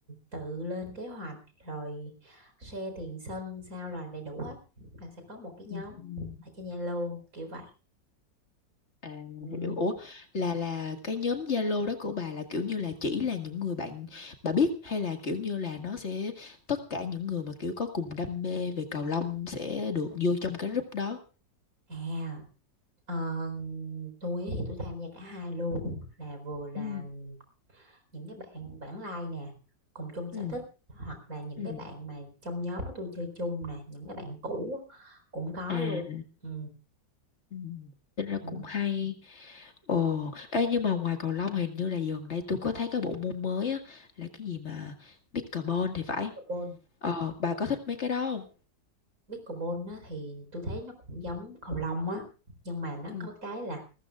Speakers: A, on the right; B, on the left.
A: tự lên kế hoạch rồi share tiền sân sao là đầy đủ hết là sẽ có một cái nhóm
B: Ừ. ừ.
A: ở trên Zalo kiểu vậy
B: À
A: Ừ.
B: hiểu. Ủa là là cái nhóm Zalo đó của bà là kiểu như là chỉ là những người bạn bà biết hay là kiểu như là nó sẽ tất cả những người mà kiểu có cùng đam mê về cầu lông sẽ được vô trong cái group đó.
A: à ờ, tôi thì tôi tham gia cả hai luôn là vừa là
B: Ừ.
A: những cái bạn bản lai nè cùng chung sở
B: Ừ.
A: thích hoặc là những
B: Ừ.
A: cái bạn mà trong nhóm của tôi chơi chung nè những cái bạn cũ á, cũng có
B: À
A: luôn ừ.
B: Ừ. Tính ra
A: ừ.
B: cũng hay. Ồ, ê nhưng mà ngoài cầu lông hình như là gần đây tôi có thấy cái bộ môn mới á là cái gì mà pickleball thì phải.
A: Pickleball
B: Ờ, bà có thích mấy cái đó không?
A: Pickleball á, thì tôi thấy nó cũng giống cầu lông á nhưng mà nó
B: Ừ.
A: có cái là